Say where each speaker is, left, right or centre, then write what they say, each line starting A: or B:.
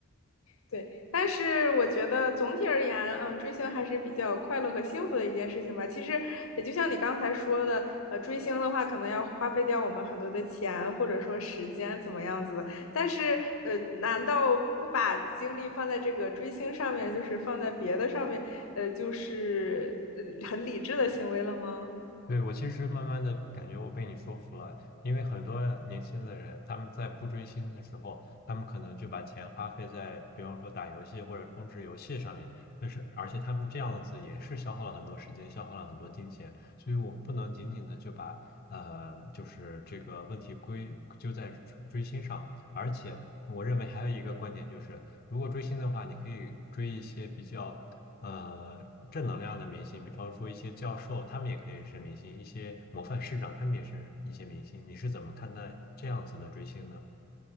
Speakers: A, on the left; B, on the left.
A: 对，但是我觉得总体而言，嗯，追星还是比较快乐和幸福的一件事情吧。其实也就像你刚才说的，呃，追星的话可能要花费掉我们很多的钱或者说时间怎么样子的，但是呃，难道不把精力放在这个追星上面，就是放在别的上面，呃，就是呃很理智的行为了吗？
B: 对，我其实慢慢的感觉我被你说服了，因为很多年轻的人，他们在不追星的时候，他们可能就把钱花费在，比方说打游戏或者充值游戏上面，但是而且他们这样子也是消耗了很多时间，消耗了很多金钱，所以我们不能仅仅的就把呃，就是这个问题归咎在追追星上，而且我认为还有一个观点就是。如果追星的话，你可以追一些比较呃正能量的明星，比方说一些教授，他们也可以是明星；一些模范市长，他们也是一些明星。你是怎么看待这样子的追星呢？